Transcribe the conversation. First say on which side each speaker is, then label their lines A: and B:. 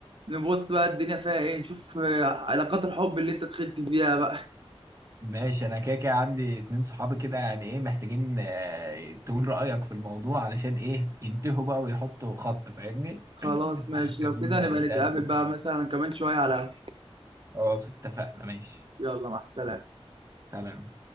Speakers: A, on the right; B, on the right.
A: نبص بقى الدنيا فيها ايه نشوف آه، علاقات الحب اللي انت دخلت فيها بقى
B: ماشي انا كده كده عندي اتنين صحابي كده يعني ايه محتاجين آه، تقول رايك في الموضوع علشان ايه ينتهوا بقى ويحطوا خط فاهمني
A: خلاص
B: <laughs>
A: ماشي
B: هنخلينا
A: لو كده نبقى
B: نتقابل
A: نتقابل
B: ان شاء
A: بقى
B: الله
A: مثلا كمان شوية على قهوة
B: خلاص اتفقنا ماشي
A: يلا مع السلامة
B: سلام